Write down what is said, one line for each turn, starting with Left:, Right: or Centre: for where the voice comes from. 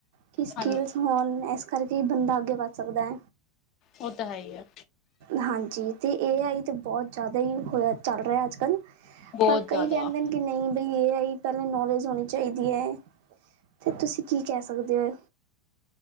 Right: ਕੀ ਸਕਿੱਲਸ
Left: ਹਾਂਜੀ
Right: ਹੋਨ, ਏਸ ਕਰਕੇ ਈ ਬੰਦਾ ਅੱਗੇ ਵੱਦ ਸਕਦੈ।
Left: ਓ ਤਾਂ ਹੈਈ ਐ।
Right: ਹਾਂਜੀ ਤੇ ਏ ਆਈ ਤੇ ਬੋਤ ਜਾਦਾ ਈ ਹੋਇਆ ਚੱਲ ਰਿਆ ਅੱਜ-ਕੱਲ।
Left: ਬਹੁਤ
Right: ਪਰ ਕਈ
Left: ਜ਼ਿਆਦਾ
Right: ਕੈਂਦੇ ਨੇ ਕੇ ਨਈ ਬਈ ਏ ਆਈ ਪੈਲਾਂ ਨੌਲੇਜ ਹੋਨੀ ਚਾਈਦੀ ਐ, ਤੇ ਤੁਸੀਂ ਕੀ ਕੈ ਸਕਦੇ ਓਂ।